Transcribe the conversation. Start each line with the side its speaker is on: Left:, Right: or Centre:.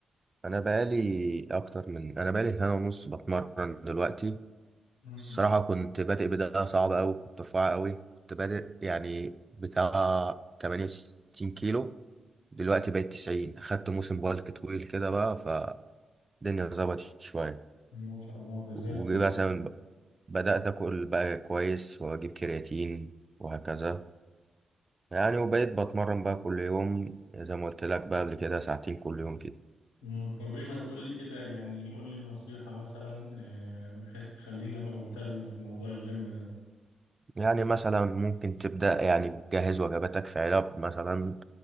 Right: انا بقالي اكتر من انا بقالي سنه ونص بتمرن دلوقتي
Left: مم.
Right: الصراحه كنت بادئ بدايه صعبه قوي كنت رفيع قوي كنت بادئ يعني بتاع 68 كيلو دلوقتي بقيت 90 خدت موسم بالك طويل كده بقى فالدنيا ظبطت شويه
Left: ما شاء الله ده زي
Right: ومثلا
Left: الفل
Right: بدات اكل بقى كويس واجيب كرياتين وهكذا يعني وبقيت بتمرن بقى كل يوم زي ما قلت لك بقى قبل كده ساعتين كل يوم كده
Left: مم. طب إيه ما تقولي كده يعني قولي نصيحة مثلا آه، بحيث تخليني أبقى ملتزم في موضوع الجيم ده
Right: يعني مثلا ممكن تبدأ يعني تجهز وجباتك في علب مثلا